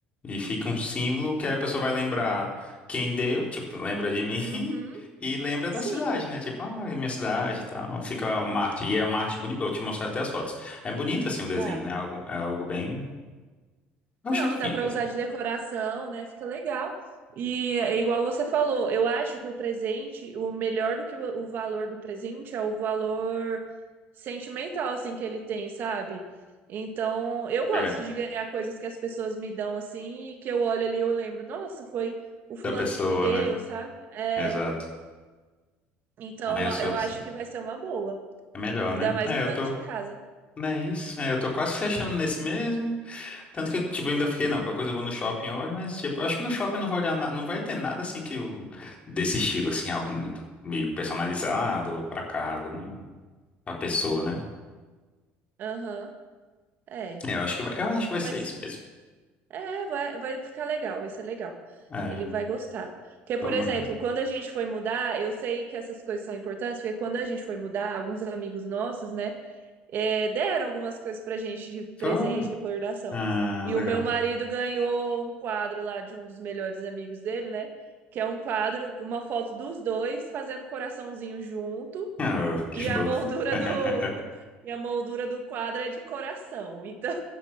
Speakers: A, on the left (about 30°); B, on the right (about 50°).
A: E fica um símbolo que a pessoa vai lembrar quem deu, tipo, lembra de mim <laughs>
B: Uhum,
A: e lembra da
B: sim.
A: cidade, né? Tipo, ah, é minha cidade e tal. Fica uma arte. E é uma arte bonita. Eu te mostrar até as fotos. É bonito, assim, o desenho,
B: Tá.
A: né? Algo, é algo bem. Eu
B: Não,
A: achei bonito,
B: dá pra
A: assim.
B: usar de decoração, né? Fica legal. E é igual você falou, eu acho que o presente, o melhor do que o o valor do presente é o valor sentimental, assim, que ele tem, sabe? Então, eu gosto
A: É.
B: de ganhar coisas que as pessoas me dão, assim, e que eu olho ali e eu lembro, nossa, foi o fulano
A: Da pessoa,
B: que me deu,
A: né?
B: sabe? É,
A: Exato.
B: então,
A: Aí eu sou
B: eu
A: assim.
B: acho que vai ser uma boa.
A: É melhor,
B: Ainda
A: né?
B: mais
A: É,
B: mudando
A: eu tô.
B: de casa.
A: Não é isso? É, eu tô quase fechando nesse mesmo. Tanto que eu, tipo, ainda fiquei, não, qualquer coisa eu vou no shopping, eu olho, mas, tipo, eu acho que no shopping eu não vou olhar nada, não vai ter nada, assim, que eu, desse estilo, assim, algo muito meio personalizado pra casa, não- pra pessoa, né?
B: Aham, é.
A: É, eu acho que vai, eu acho que
B: Não,
A: vai ser
B: mas
A: isso mesmo.
B: É, vai, vai ficar legal, vai ser legal.
A: É,
B: Ele vai gostar. Porque, por
A: tomara.
B: exemplo, quando a gente foi mudar, eu sei que essas coisas são importantes, porque quando a gente foi mudar, alguns amigos nossos, né, eh, deram algumas coisas pra gente de presente,
A: Foi.
B: recordação.
A: Ah,
B: E
A: legal.
B: o meu marido ganhou um quadro lá de um dos melhores amigos dele, né? Que é um quadro, uma foto dos dois fazendo coraçãozinho junto,
A: Oh, que
B: e a
A: fofo.
B: moldura
A: <laughs>
B: do, e a moldura do quadro é de coração. Então,